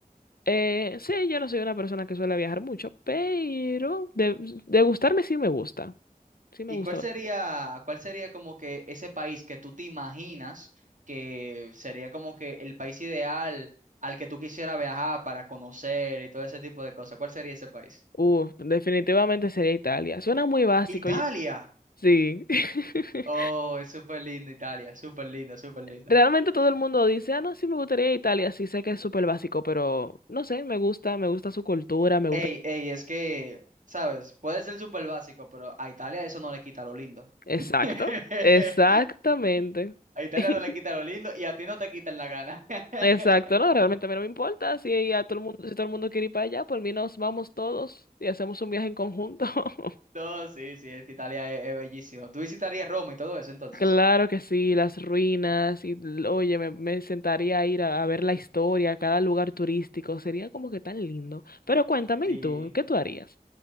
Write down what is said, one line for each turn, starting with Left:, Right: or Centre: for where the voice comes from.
Left: eh, sí, yo no soy una persona que suele viajar mucho, pero de, de gustarme sí me gusta. Sí me
Right: ¿Y
Left: gusta
Right: cuál
Left: bastante.
Right: sería, cuál sería como que ese país que tú te imaginas que sería como que el país ideal al que tú quisieras viajar para conocer y todo ese tipo de cosas? ¿Cuál sería ese país?
Left: Uf, definitivamente sería Italia. Suena muy básico.
Right: Italia.
Left: y- Sí. <laughs>
Right: Oh, es súper lindo Italia, súper lindo, súper lindo.
Left: Realmente todo el mundo dice, ah, no, sí me gustaría Italia, sí sé que es súper básico, pero no sé, me gusta, me gusta su cultura, me gusta...
Right: Ey, ey, es que, ¿sabes? Puede ser súper básico, pero a Italia eso no le quita lo lindo.
Left: Exacto,
Right: <laughs>
Left: exactamente.
Right: A Italia
Left: <laughs>
Right: no le quita lo lindo y a ti no te quitan la gana. <laughs>
Left: Exacto, no, realmente a mí no me importa, si a todo el mundo, si todo el mundo quiere ir para allá, por mí nos vamos todos y hacemos un viaje en conjunto. <laughs>
Right: No, sí, sí, es que Italia es, es bellísimo. ¿Tú visitarías Roma y todo eso entonces?
Left: Claro que sí, las ruinas, y l- oye, me, me sentaría a ir a, a ver la historia, a cada lugar turístico, sería como que tan lindo. Pero cuéntame,
Right: Sí.
Left: ¿y tú? ¿Qué tú harías?